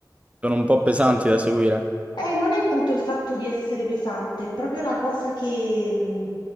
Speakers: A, on the right; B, on the left.
A: Sono un po' pesanti da seguire.
B: Eh, non è tanto il fatto di essere pesante, è proprio la cosa che, mh,